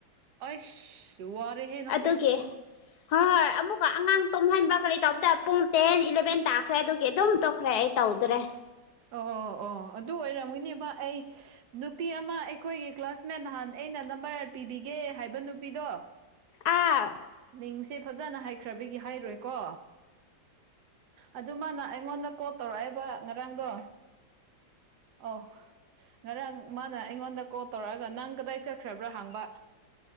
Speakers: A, on the right; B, on the left.
A: ꯑꯩꯁ ꯋꯥꯔꯦꯍꯦ ꯅꯪꯁꯦ
B: ꯑꯗꯨꯒꯤ ꯍꯣꯏ ꯍꯣꯏ ꯑꯃꯨꯛꯀ ꯑꯉꯥꯡ ꯇꯨꯝꯍꯟꯕ ꯀꯔꯤ ꯇꯧꯕꯗ ꯄꯨꯡ ꯇꯦꯟ ꯏꯂꯚꯦꯟ ꯇꯥꯈ꯭ꯔꯦ ꯑꯗꯨꯒꯤ ꯑꯗꯨꯝ ꯇꯣꯛꯈ꯭ꯔꯦ ꯑꯩ ꯇꯧꯗ꯭ꯔꯦ
A: ꯑꯣ ꯑꯣ ꯑꯣ ꯑꯗꯨ ꯑꯣꯏꯔꯝꯒꯅꯦꯕ ꯑꯩ ꯅꯨꯄꯤ ꯑꯃ ꯑꯩꯈꯣꯏꯒꯤ ꯀ꯭ꯂꯥꯁꯃꯦꯠ ꯅꯍꯥꯟ ꯑꯩꯅ ꯅꯝꯕꯔ ꯄꯤꯕꯤꯒꯦ ꯍꯥꯏꯕ ꯅꯨꯄꯤꯗꯣ
B: ꯑꯥ
A: ꯃꯤꯡꯁꯦ ꯐꯖꯅ ꯍꯥꯏꯈ꯭ꯔꯕꯒꯤ ꯍꯥꯏꯔꯣꯏꯀꯣ ꯑꯗꯨ ꯃꯥꯅ ꯑꯩꯉꯣꯟꯗ ꯀꯣꯜ ꯇꯧꯔꯛꯑꯦꯕ ꯉꯔꯥꯡꯗꯣ ꯑꯣ ꯉꯔꯥꯡ ꯃꯥꯅ ꯑꯩꯉꯣꯟꯗ ꯀꯣꯜ ꯇꯧꯔꯛꯑꯒ ꯅꯪ ꯅꯣꯏ ꯆꯠꯈ꯭ꯔꯕ꯭ꯔꯥ ꯍꯥꯪꯕ